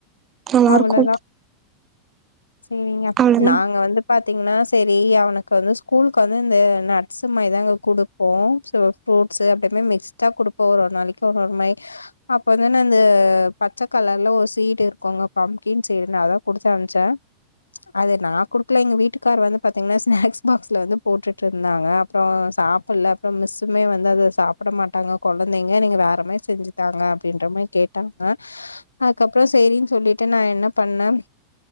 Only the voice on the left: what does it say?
அவ்வளவுதான்
சரிங்க
நாங்க வந்து பாத் பா்த்தீங்கன்னா சரி அவனுக்கு வந்து ஸ்கூலுக்கு வந்து இந்த நட்ஸ் மாரி தான்ங்க குடுப்போம் ஃப்ரூட்ஸ் அப்படியே மிக்ஸ்டா குடுப்போம் ஒரு ஒரு நாளைக்கு ஒரு ஒரு மாரி அப்ப தான் பச்ச கலர்ல ஒரு சீட் இருக்குங்க பம்கின்னு சரி நான் அதான் குடுத்தனுப்சேன் அது நான் குடுக்கல எங்க வீட்டுக்கார வந்து பாத்தீங்கன்னா ஸ்நாக்ஸ் பாக்ஸ்ல வந்து போட்டுட்டுருந்தாங்க அப்புறம் சாப்பிடல அப்புறம் மிஸ்ஸுமே வந்து அத சாப்பிட மாட்டாங்க கொழந்தைங்க நீங்க வேறமே செஞ்சுதாங்க அப்படின்ற மாரி கேட்டாங்க அதுக்கப்புறம் சேரின்னு சொல்லிட்டு விட்டு நான் என்ன பண்ணேன்